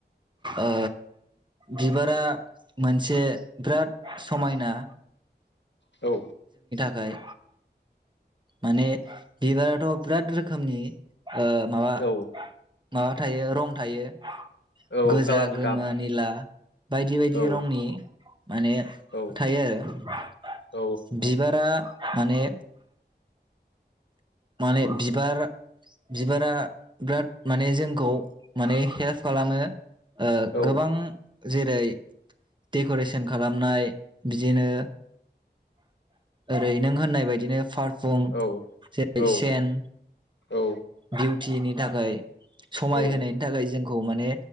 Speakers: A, on the right; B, on the left.
A: ओ बिबारा मोनसे बिराद समायना
B: औ
A: एमफाय माने बिबाराथ । बिराद रोखोमनि ओ माबा
B: औ
A: माबा थायो रं थायो।
B: औ
A: गोजा
B: कालार
A: गोमो
B: गाब
A: निला। बायदि बायदि
B: औ
A: रंनि। माने
B: औ
A: थायो आरो।
B: औ
A: बिबारा माने माने बिबार बिबारा बिराद माने जोंखौ माने हेल्प खालामो । ओ
B: औ
A: गोबां जेरै देकरेसन खालामनाय। बिदिनो ओरै नों होननाय बायदिनो फार्ग बुम
B: औ
A: जे सेेन
B: औ औ
A: <unintelligible> फियिनि थाखाय समाय
B: औ औ
A: होनायनि थाखाय जों खौ माने